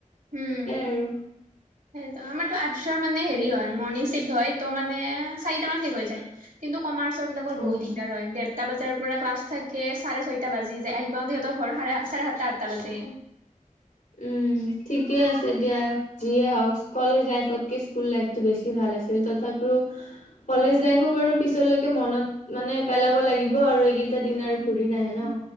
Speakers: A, on the right; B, on the left.
A: উম'।
B: আৰু।
A: সেইটো আমাৰ আৰ্টছ মানে হেৰি হয় মৰ্ণিং চিফ্ট হয় মানে চাৰিটা মান শেষ হৈ যায়। কমাৰ্চৰ বিলাকৰ
B: অ'।
A: বহুত দিগদাৰ হয় দেেৰটা বজাৰ পৰা ক্লাছ থাকে চাৰে ছয়টা বাজি যায় আহি <unintelligible> ঘৰ সাৰে চাৰে সাতটা, আঠটা বাজে।
B: উম'। ঠিকে আছে দিয়া, যিয়ে হওক কলেজ লাইফতকে স্কুল লাইফতটো বেছি ভাল আছিল তথাপি কলেজ লাইফো বাৰু পিছলৈকে মনত মানে পেলাব লাগিব আৰু এইকেইটা দিন আৰু ঘূৰি নাহে ন'